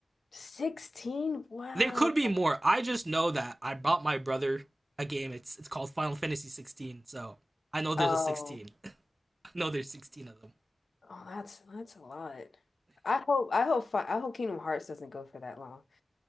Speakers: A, on the left (about 80°); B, on the right (about 35°).
A: 16? Wow.
B: There could be more. I just know that I bought my brother a game. It's it's called Final Fantasy sixteen. So I know there's
A: Oh,
B: a sixteen. <laughs> no, there's sixteen of them.
A: oh, that's that's a lot. I hope I hope fi I hope Kingdom Hearts doesn't go for that long. <laughs>